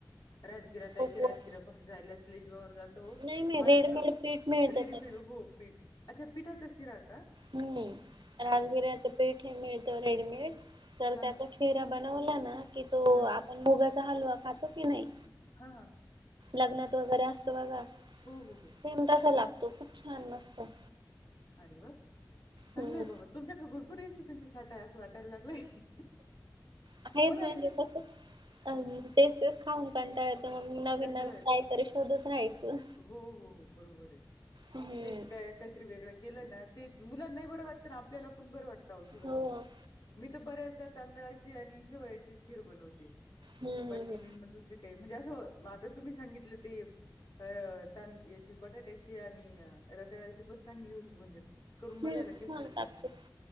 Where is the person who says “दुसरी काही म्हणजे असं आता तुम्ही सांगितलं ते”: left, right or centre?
Left